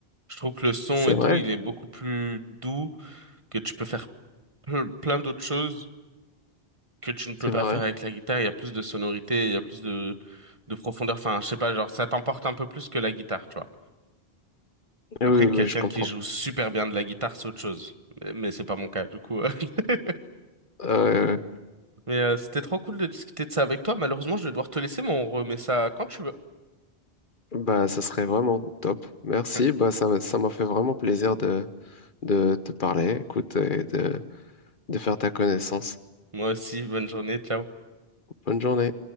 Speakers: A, on the right; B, on the left.
A: Je trouve que le son
B: C'est
A: et
B: vrai,
A: tout, il est beaucoup plus doux, que tu peux faire ple- plein d'autres choses que tu ne peux
B: c'est
A: pas
B: vrai.
A: faire avec la guitare. Il y a plus de sonorité, il y a plus de, de profondeur. Enfin, je sais pas, genre, ça t'emporte un peu plus que la guitare, tu vois.
B: Eh
A: Après,
B: Oui, oui,
A: quelqu'un
B: oui, je comprends.
A: qui joue super bien de la guitare, c'est autre chose. Mais, mais c'est pas mon cas, du coup. <laughs>
B: Euh,
A: Mais euh, c'était trop cool de discuter de ça avec toi. Malheureusement, je vais devoir te laisser, mais on remet ça quand tu veux.
B: bah, ça serait vraiment top. Merci.
A: <laughs>
B: Bah, ça, ça m'a fait vraiment plaisir de, de te parler, écoute, et de, de faire ta connaissance.
A: Moi aussi, bonne journée, ciao.
B: Bonne journée.